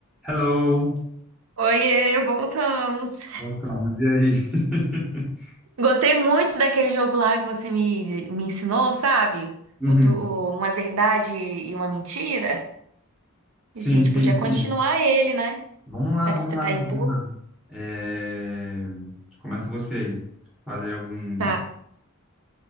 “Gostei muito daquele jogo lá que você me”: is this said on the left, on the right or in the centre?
Right